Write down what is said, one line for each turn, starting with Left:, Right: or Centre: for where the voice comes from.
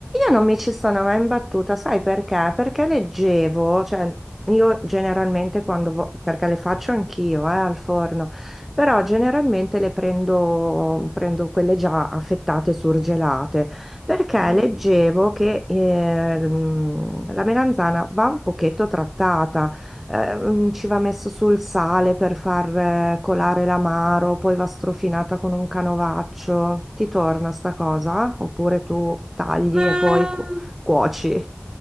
Centre: non mi ci sono mai imbattuta, sai perché? Perché leggevo, cioè io generalmente quando, vo- perché le faccio anch'io, eh, al forno, però generalmente le prendo, prendo quelle già affettate, surgelate, perché
Right: Mhm.
Centre: leggevo che ehm, la melanzana va un pochetto trattata. Ehm, ci va messo sul sale per far eh, colare l'amaro, poi va strofinata con un canovaccio. Ti torna sta cosa? Oppure tu tagli
Right: Ma
Centre: e poi cu-
Right: mm,
Centre: cuoci?